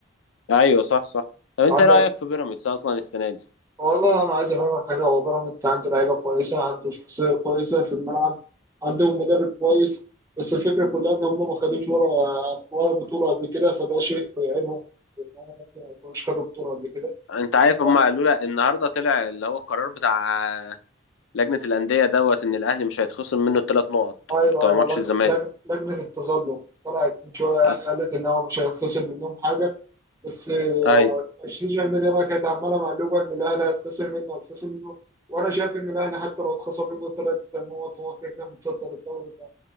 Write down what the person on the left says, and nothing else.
ايوه صح صح طب انت
إيه رايك في بيراميدز اصلا السنه دي
انت عارف
هم قالوا لها النهارده طلع اللي هو القرار بتاع لجنة الأندية دوت إن الأهلي مش هيتخصم منه الثلاث نقط
بتوع
ماتش
الزمالك
أ-
أيوة